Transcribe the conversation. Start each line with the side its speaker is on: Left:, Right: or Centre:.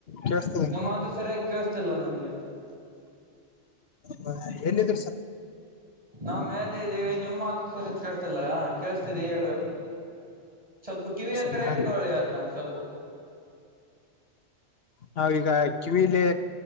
Left: ಕೇಳಿಸ್ತದೆ
Right: ನೀವು್ ಮಾತ ಸರಿಯಾಗಿ ಕೇಿಸ್ತಿಲ್ಲ ನಂಗೆ
Left: ಹ ಎನಿದ್ರರು ಸರ್
Right: ನಾವ್ ಮೇಲೆ ಇದೀವಿ ನಿಮ್ ಮಾತು ಸರಿ ಕೇಳ್ಸಲ್ಲ ಕೇಳಸ್ತಿದಿ ಹೇಳು ಸ್ವಲ್ಪ ಕಿವಿ
Left: ಕೇಳಿಸ್ತದೆಯಾ
Right: ಹತ್ರ ಇಟ್ಕೊಳ್ಳಿ ಅದ್ನ್ನ ಸ್ವಲ್ಪ
Left: ನಾವೀಗ ಕಿವಿಲಿ